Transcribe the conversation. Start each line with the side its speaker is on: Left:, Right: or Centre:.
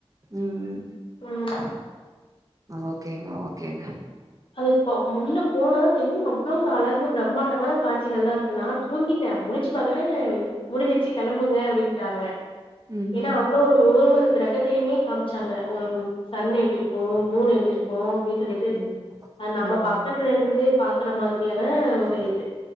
Right: ம்,
Left: ம்
Right: ஓகேங்க ஓகேங்க
Left: அது ப முன்ன போனதுதா தெரியு அவ்ளோ ஒரு அழகு பிரம்மாண்டமான காட்சிகள்லா இருக்கு நா தூங்கிட்டே முழிச்சு பாக்குறே முடிஞ்சிடுச்சு களம்புங்க அப்டின்ட்டாங்க
Right: ம்ஹ்ம்.
Left: ஏன்னா அவ்ளோ ஒரு ஒவ்வொரு கிரகத்தையுமே காமிச்சாங்க ஒரு சன் எப்டி இருக்கு மூன் எப்டி இருக்கு
Right: ம்.
Left: அப்டி சொல்லிட்டு
Right: ம். ம்.
Left: அ நம்ம பக்கத்துல
Right: ம்.
Left: இருந் தே பாக்குற மாதிரியான ஒரு இது